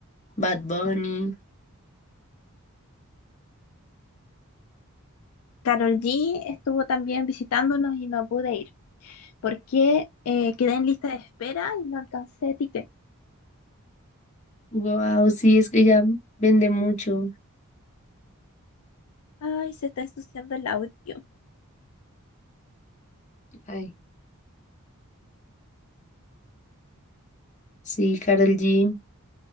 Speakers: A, on the left; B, on the left.
A: Bad Bunny.
B: Carol G estuvo también visitándonos y no pude ir porque eh, quedé en lista de espera y no alcancé ticket.
A: Wow, sí, es que ya vende mucho.
B: Ay, se está ensuciando el audio.
A: Ay, sí, Karol G,